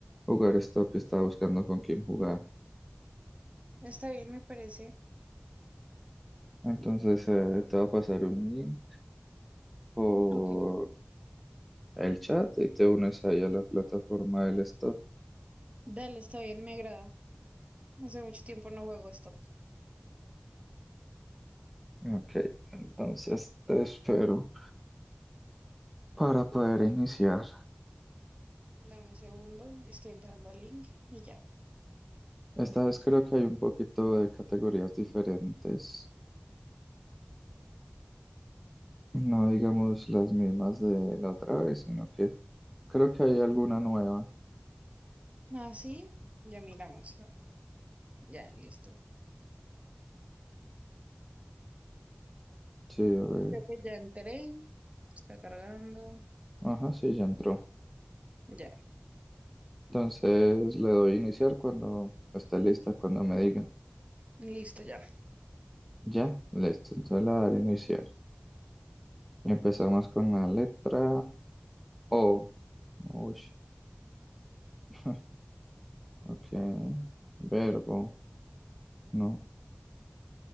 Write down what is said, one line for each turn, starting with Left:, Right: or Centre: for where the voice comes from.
Centre: jugar Stop y estaba buscando con quién jugar.
Right: Está bien, me parece.
Centre: Entonces eh, te voy a pasar un link por
Right: Ok,
Centre: el chat y te unes ahí a la plataforma del Stop.
Right: dale, está bien, me agrada. Hace mucho tiempo no juego esto.
Centre: Ok, entonces te espero para poder iniciar.
Right: Dame un segundo, estoy entrando al link y ya.
Centre: Esta vez creo que hay un poquito de categorías diferentes, no digamos las mismas de la otra vez, sino que creo que hay alguna nueva.
Right: Así, ya miramos. Ya, listo.
Centre: Sí, a ver.
Right: Creo que ya entré, está cargando.
Centre: Ajá, sí, ya entró.
Right: Ya,
Centre: Entonces le doy iniciar cuando esté lista, cuando me diga.
Right: listo, ya.
Centre: Ya, listo. Entonces le daré iniciar. Empezamos con la letra O. Uy, <laughs> ok. Verbo, no.